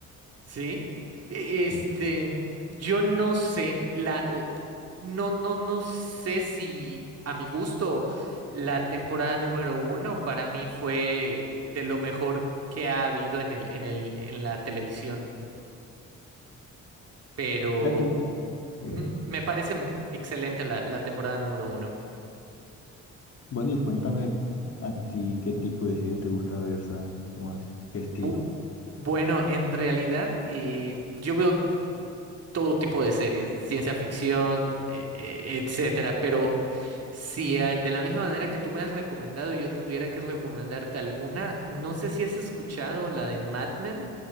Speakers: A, on the right (about 55°); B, on the left (about 50°).
A: Sí. E- Este,
B: Sí.
A: yo no sé, la, l- no, no, no sé si a mi gusto la temporada número uno para mí fue de lo mejor que ha habido en el, en el, en la televisión. Pero
B: La tempo- sí.
A: Ujú, Me parece m- excelente la, la temporada número uno.
B: Bueno, y cuéntame a ti qué tipo de serie te gusta ver, ¿sabes? ¿Cómo es? ¿Qué estilo?
A: Bu- bueno, en realidad eh, yo veo todo tipo de series, ciencia ficción, e- e- etcétera, pero si ah, de la misma manera que tú me has recomendado, yo tuviera que recomendarte alguna, no sé si has escuchado la de Mad Men